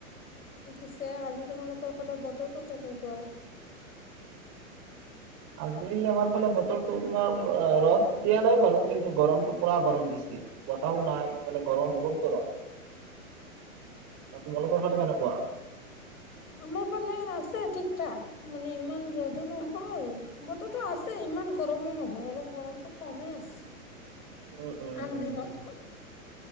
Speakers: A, on the left (about 75°); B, on the right (about 35°).
A: পিছে, আজি তোমালোকৰ ফালে বতৰটো কেনেকুৱা?
B: আজি, আমাৰ ফালে বতৰটো তোমাৰ আঁ ৰ'দ দিয়া নাই বাৰু। কিন্তু, গৰমটো পুৰা, গৰম দিছে। বতাহো নাই। ইফালে গৰম বহুত গৰম! আৰু তোমালোকৰ ফালে কেনেকুৱা?
A: আমাৰ ফালে আছে। <unintelligible> মানে, ইমান ৰ'দো নহয়। বতৰটো আছে, ইমান গৰমো নহয়! অলপ গৰমটো কমে আছে।
B: উম! উম!
A: আন
B: উম!
A: দিনতকৈ